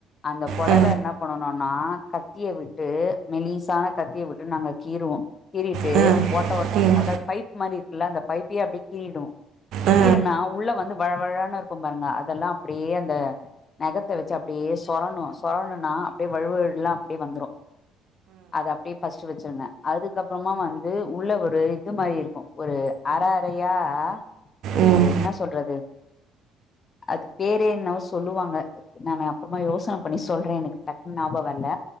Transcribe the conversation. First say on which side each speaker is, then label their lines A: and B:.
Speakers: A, on the left; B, on the right.
A: அந்த கொடல
B: அ,
A: என்ன பண்ணணுனா கத்திய விட்டு மெலிசான கத்திய விட்டு நாங்க கீறுவோ கீறிட்டு
B: அ,
A: ஓட்ட ஓட்
B: ம்,
A: அதா பைப் மாறி இருக்குல்ல அந்த பைப்பிய அப்டி கீறுடுவோ
B: அ, அ,
A: கீறுனா உள்ள வந்து வழவழனு இருக்கு பாருங்க அதெல்லா அப்டியே அந்த நெகத்த வச்சு அப்படியே சொரணும் சொரணுனா அப்படியே வழுவுகளா அப்படியே வந்துடு அது அப்டியே ஃபஸ் ச்சு வச்சிருங்க அதுக்கப்பறமா வந்து உள்ள ஒரு இது மாரி இருக்கு ஒரு அற றையா ஒரு
B: ம்,
A: என்ன சொல்றது அது பேரெ என்னவோ சொல்லுவாங்க நான அப்பறமா யோசன பண்ணி சொல் சொல்றே எனக்கு டக்குன் நாபம் வர்ல